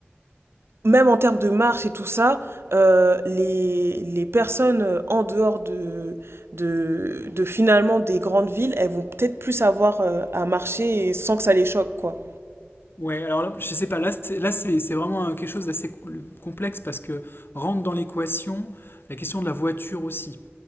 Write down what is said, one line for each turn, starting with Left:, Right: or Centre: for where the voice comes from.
Right: même en termes de marche et tout ça, euh, les, les personnes euh, en dehors de, de, de finalement des grandes villes, elles vont peut-être plus avoir euh, à marcher et sans que ça les choque, quoi.
Left: Ouais, alors là, je sais pas, là, c'est, là, c'est, c'est vraiment euh, quelque chose d'assez co- complexe parce que rentre dans l'équation la question de la voiture aussi.